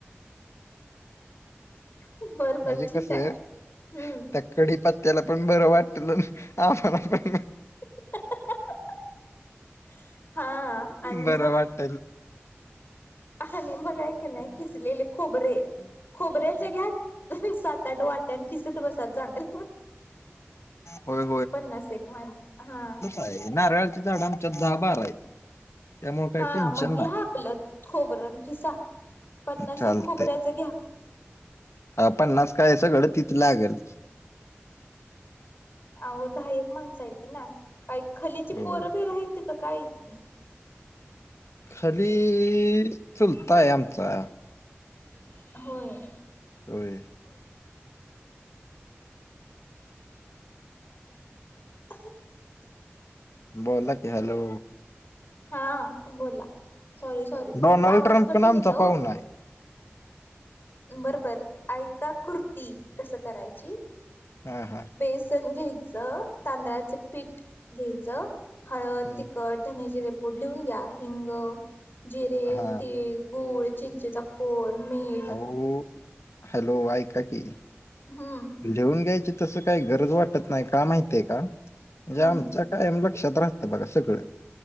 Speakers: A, on the left; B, on the left.
A: बरं बरं
B: म्हणजे
A: ठीक
B: कस आहे?
A: हम्म
B: त्या कडी पत्त्याला पण बरं वाटल, आम्हाला पण
A: <unintelligible> हा. आणि
B: बरं
A: मग
B: वाटल.
A: आणि मग ये की नाही, किसलेले खोबरे, खोबऱ्याच्या घ्या. सात आठ वाट्या. अन खिसत बसा चांगल. <inaudible>
B: होय
A: पन्नास एक माणस हा.
B: आय नारळांची झाडं आमच्या इथं दहा बारा आहे. त्यामुळे काही
A: हा
B: टेन्शन
A: मग घ्या
B: नाही
A: आपलं खोबर, अन किसा. पन्नास
B: चालतंय
A: एक खोबऱ्याच घ्या.
B: अ पन्नास काय? सगळं तिथं लागल.
A: अहो दहा एक माणस आहेत ना, काय खलीची
B: हो.
A: पोरं बीर आहेत की काय इतकी?
B: खली चुलताय आमचा.
A: <inaudible> होय.
B: होय.
A: <inaudible>
B: बोला की, हॅलो.
A: हा बोला सॉरी, सॉरी
B: डोनाल्ड
A: ते आवाज
B: ट्रम्प
A: कट
B: पण आमचा
A: होत होता
B: पाहुणा
A: ओ.
B: आहे
A: बरं बरं. ऐका कुर्ती कसं करायची?
B: हा हा.
A: बेसन घ्यायचं, तांदळाच पीठ घ्यायचं. हळंद
B: हम्म,
A: तिखट धनेचे रेपूंड लिहूंन घ्यां हिंग जिरे
B: हा
A: तीळ गूंळ चिंचेचा कोळमीठ
B: हो हॅलो आयकां कि
A: हम्मं
B: लिहूंन घ्यायची तसं कांहीं गरंज वाटतं नाहीं कां माहितीय कां म्हणजे
A: हम्म
B: आमच्या कायंम लक्षांत राहतं बघां सगळं